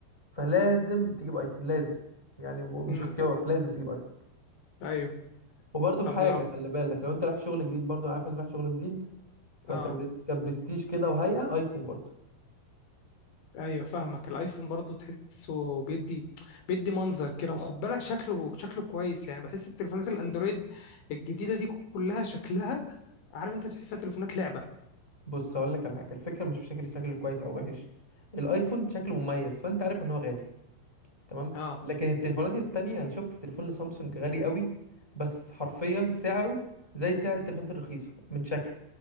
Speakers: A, in the centre; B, on the left.
A: فلازم تجيب ايفون لازم يعني ب- مش
B: امم
A: اختيار لازم تجيب ايفون
B: ايوه
A: وبرضه في
B: طب
A: حاجه
B: لو
A: خلي بالك لو انت رايح شغل جديد برضه انا عارف انت رايح شغل جديد فكبرس
B: اه
A: كبرستيج كده وهيئة ايفون برضه
B: ايوه فاهمك الايفون برضو تحسه بيدي بيدي منظر كده وخد بالك شكله شكله كويس يعني بحس التليفونات الاندرويد الجديده دي كلها شكلها عارف انت تحسها تليفونات لعبه
A: بص هقول لك على حاجة الفكرة مش في شكل شكل كويس او وحش الايفون شكله مميز فانت عارف ان هو غالي تمام
B: اه
A: لكن التليفونات التانية انا شفت تليفون لسامسونج غالي قوي بس حرفيا سعره زي سعر التليفونات الرخيصة من شكله